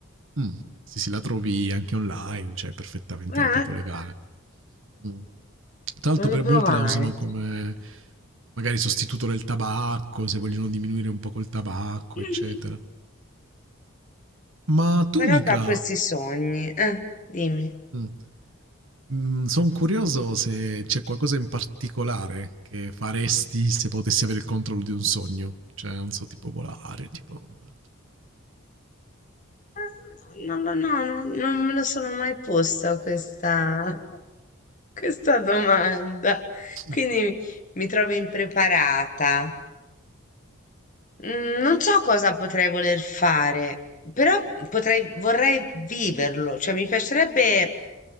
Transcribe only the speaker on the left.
Eh,
voglio
provare.
<laughs>
Però
da questi sogni, eh, dimmi.
Eh, Non lo, no, non, non me lo sono mai posta questa, <laughs> questa domanda, quindi
mi trovo impreparata. Mm, Non so cosa potrei voler fare, però potrei, vorrei viverlo, cioè mi piacerebbe